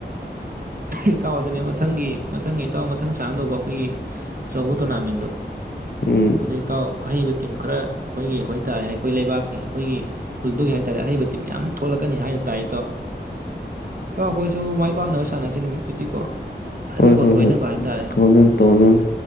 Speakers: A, on the right; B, on the left.
A: ꯏꯇꯥꯎ ꯑꯗꯨꯅꯦ ꯃꯊꯪꯒꯤ ꯃꯊꯪꯒꯤ ꯏꯇꯥꯎ ꯃꯊꯪ ꯆꯍꯗꯧꯕ ꯑꯩꯈꯣꯏꯒꯤ ꯑꯆꯧꯕ ꯇꯣꯔꯅꯥꯃꯦꯟꯗꯣ
B: ꯎꯝ
A: ꯑꯣꯗꯀꯥꯎ ꯑꯍꯩꯕ ꯇꯤꯝ ꯈꯔ ꯑꯩꯈꯣꯏꯒꯤ ꯑꯣꯏꯇꯥꯥꯔꯦ ꯑꯩꯈꯣꯏ ꯂꯩꯕꯥꯛꯀꯤ ꯑꯩꯈꯣꯏꯒꯤ ꯈꯨꯜꯗꯨꯒꯤ ꯍꯥꯏꯇꯥꯥꯔꯦ ꯑꯍꯩꯕ ꯇꯤꯝ ꯌꯥꯝ ꯊꯣꯛꯂꯛꯀꯅꯤ ꯍꯥꯏꯅ ꯇꯥꯏ ꯇ ꯑꯩꯈꯣꯏꯁꯨ ꯃꯥꯏ ꯄꯥꯛꯅꯕ ꯁꯥꯟꯅꯁꯤ ꯅꯨꯃꯤꯠꯇꯨꯗꯤꯀꯣ ꯐꯖꯅꯀꯣ
B: ꯍꯣꯏ ꯍꯣꯏ
A: ꯊꯣꯏꯅꯕ
B: ꯍꯣꯏ
A: ꯍꯥꯏꯇꯥꯔꯦ
B: ꯇꯅꯣꯟ ꯇꯅꯣꯟ